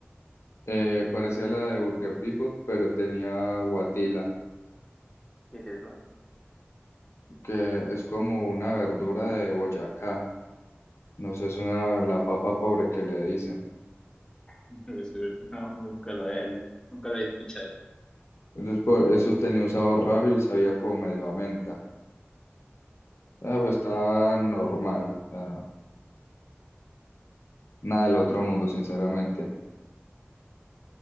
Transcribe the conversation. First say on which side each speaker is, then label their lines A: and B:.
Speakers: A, on the left; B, on the left.
A: Eh, parecía la de Burger Depot, pero tenía guatila,
B: ¿Qué es eso?
A: que es como una verdura de Boyacá. No sé, es una, la papa pobre que le dicen.
B: <laughs> Eso no, nunca lo había visto, nunca lo había escuchado.
A: Entonces, por eso tenía un sabor raro y sabía como medio a menta. Ah, pues estaba normal. ah, nada del otro mundo, sinceramente.